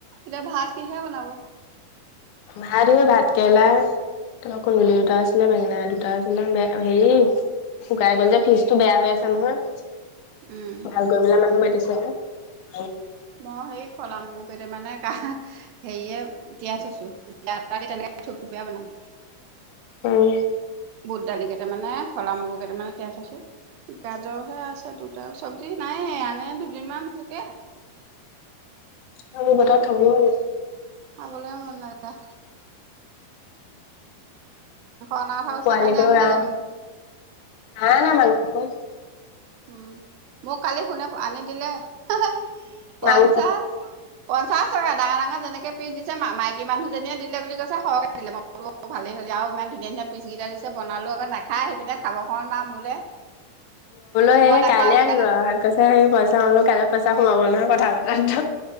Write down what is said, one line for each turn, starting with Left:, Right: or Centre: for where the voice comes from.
Right: এতিয়া ভাত কিহে বনাব?
Left: ভাত সে ভাতকেৰেলা তাপা কন্দুলি দুটা আছিলে, বেঙেনা দুটা আছিলে, আ হেৰি শুকাই গল যে ফ্ৰিজটো বেয়া হৈ আছে নহয়।
Right: উম
Left: ভাল কৰিবলে মানুহ মাতে মাতিছে হে
Right: মই সেই ফলা মগুকেইটামানে কা হেৰিয়ে তিয়াই থৈছো <unintelligible> দি তেনেকে থুপথুপীয়া বনালো।
Left: অঁ!
Right: বুটদালি কেইটামানে, ফলা মগুকেইটামানে তিয়াই থৈছোঁ। গাজৰ হে আছে দুটাও চবজি নাইয়েই আনে দুদিনমান থাকে।
Left: অ <unintelligible> মত খাবলো নাই
Right: খাবলৈও মন নাই যোৱা। অনা কথা
Left: অ
Right: কৈছিলে
Left: পোৱালিটো
Right: কালি আনিলে
Left: আহ!
Right: জানো
Left: নাই অনা মাংস। কত
Right: উম! মোক কালি সোনে আনি দিলে। হাহ পঞ্চাছ
Left: মাংস
Right: পঞ্চাশ টকা ডাঙৰ-ডাঙৰ যেনেকে পিচ দিছে, মাইকী মানুহজনীয়ে দিলে বুলি কৈছে সৰহে দিলে, ম‌ই বোলো ভালেই হ'ল দেই আৰু ইমান ধুনীয়া-ধুনীয়া পিছকেইটা দিছে, বনালো আকৌ নাখাই আহি পিনে খাব <unintelligible> মোলে
Left: এ
Right: মই নাখাওঁ
Left: কাইলৈ
Right: সেইকাৰণে
Left: আনিব আৰু <unintelligible> সেই পইচা কলো কাইলৈ পইচা সোমাব নহয় কথা পতাতো